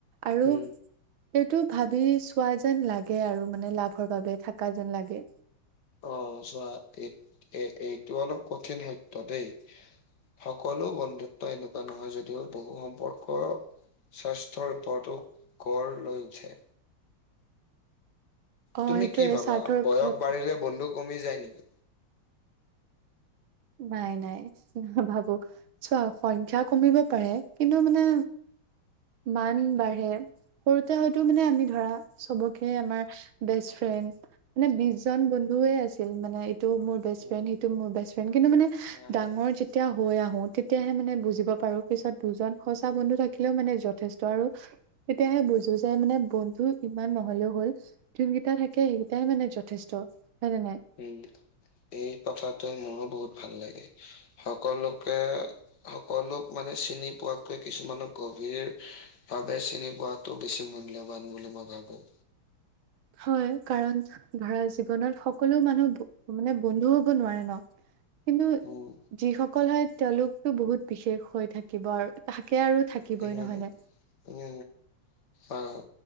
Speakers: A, on the right; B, on the left.
A: আৰু।
B: উম,
A: এইটো ভাবি চোৱা যেন লাগে আৰু মানে লাভৰ বাবে থাকা যেন লাগে।
B: অ চোৱা এই এইটো অলপ কঠিন সত্য দেই। সকলো বন্ধুত্ব এনেকুৱা নহয় যদিও বহু সম্পৰ্কৰ। স্বাস্থ্যৰ ওপৰতো গঢ় লৈ উঠে।
A: অ
B: তুমি
A: সেইটোয়ে
B: কি ভাবা
A: স্বাৰ্থৰ ওপৰত
B: বয়স বাঢ়িলে বন্ধু কমি যায় নেকি?
A: নাই নাই নাভাবোঁ। চোৱা সংখ্যা কমিব পাৰে কিন্তু মানে মান বাঢ়ে। সৰুতে হয়তো মানে আমি ধৰা চবকে আমাৰ বেষ্ট ফ্ৰেণ্ড। মানে বিশজন বন্ধুএ আছিল মানে ইটো মোৰ বেষ্ট
B: উম,
A: ফ্ৰেণ্ড সিটো মোৰ বেষ্ট। কিন্তু মানে
B: নাই।
A: ডাঙৰ যেতিয়া হৈ আহো তেতিয়াহে মানে বুজিব পাৰো পিছত। দুজন সঁচা বন্ধু থাকিলেও মানে যথেষ্ট আৰু। তেতিয়াহে বুজো যে মানে বন্ধু ইমান নহ'লেও হ'ল। যোনকেইটা থাকে সেইকেইটাই মানে যথেষ্ট হয়নে নাই।
B: উম। এই কথাটোৱে মোৰো বহুত ভাল লাগে সকলোকে। সকলোক মানে চিনি পোৱাতকৈ কিছুমানক গভীৰ। ভাবে চিনি পোৱাাটো বেছি মূল্যবান বুলি মই ভাবো।
A: হয় কাৰণ। ধৰা জীৱনত সকলো মানুহ মানে বন্ধু হব নোৱাৰে ন। কিন্তু
B: উম,
A: যিসকল হয় তেওঁলোকতটো বহুত বিশেষ হৈ থাকিব আৰু তাকে আৰু থাকিবই
B: উম
A: নহয় নে?
B: উম অ',